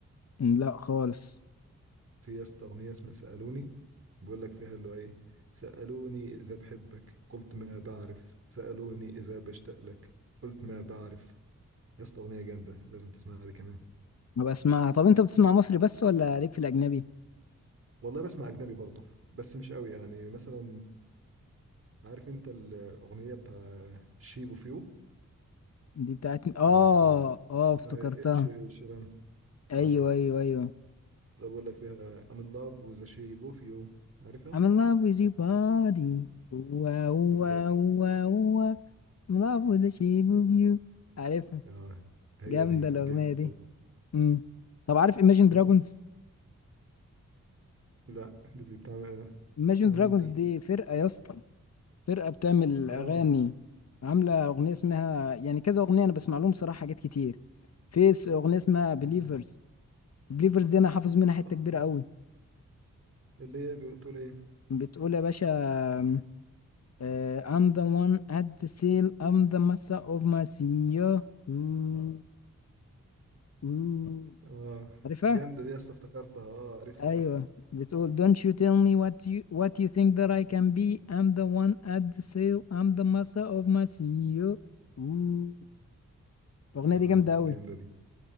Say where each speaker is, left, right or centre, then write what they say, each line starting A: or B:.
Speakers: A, on the left; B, on the right.
A: م، لا خالص
B: في يا اسطى أغنية اسمها سألوني بيقول لك فيها اللي هو إيه سألوني إذا بحبك قلت ما بعرف سألوني إذا بشتاق لك قلت ما بعرف يا اسطى أغنية جامدة لازم تسمعها دي كمان
A: ما بسمعها طب انت بتسمع مصري بس ولا ليك في الأجنبي
B: والله بسمع أجنبي برضه بس مش قوي يعني مثلا عارف انت الاغنيه بتاع شيب اوف يو
A: دي بتاعتني اه
B: ال
A: اه افتكرتها
B: بتاع اتش شيران
A: ايوه
B: اه
A: ايوه ايوه
B: ده بقول لك فيها I'm in love with the shape of you عارفها
A: I'm in love with your body واو
B: بالظبط
A: واو واو واو. I'm in love with the shape of you عارفها
B: اه هي
A: جامدة
B: دي
A: الأغنية
B: جامده
A: دي
B: برضه
A: امم طب عارف Imagine
B: انت
A: Dragons
B: لا دي بتاع
A: Imagine
B: بتاع مين
A: Dragons
B: دي
A: دي فرقة يا اسطى فرقة بتعمل
B: اه
A: أغاني عاملة أغنية اسمها يعني كذا أغنية أنا بسمع لهم صراحة حاجات كتير في س- أغنية اسمها Believers
B: مم.
A: Believers دي أنا حافظ منها حتة
B: اه
A: كبيرة قوي
B: اللي هي بتقول ايه
A: بتقول يا باشا Uh, I'm the one at the sail. I'm the master of my senior. Ooh, ooh.
B: اه
A: عارفها؟
B: جامده دي لسه افتكرتها اه عرفتها
A: أيوة بتقول Don't you tell me what you what you think that I can be. I'm the one at the sail. I'm the master of my senior. Ooh. الأغنية
B: اه
A: دي جامدة أوي.
B: جامده دي